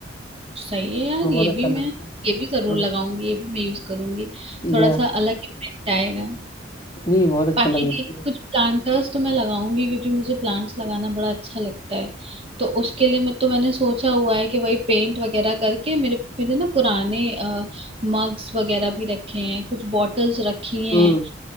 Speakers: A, on the right (about 30°); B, on the left (about 15°).
A: सही है यार
B: बहुत
A: ये
B: अच्छा
A: भी
B: लगता
A: मैं
B: है
A: ये भी जरूर
B: हाँ
A: लगाऊंगी ये भी मैं यूज करूंगी थोड़ा
B: या
A: सा अलग इफेक्ट आएगा
B: नहीं बहुत अच्छा
A: बाकी
B: लगेगा
A: ये कुछ प्लांटर्स तो मैं लगाऊंगी क्योंकि मुझे प्लांट्स लगाना बड़ा अच्छा लगता है तो उसके लिए मैं तो मैंने सोचा हुआ है कि वही पेंट वगैरह करके मेरे मेरे ना पुराने मग्स वगैरह भी रखे हैं कुछ बॉटल्स रखी हैं
B: हम्म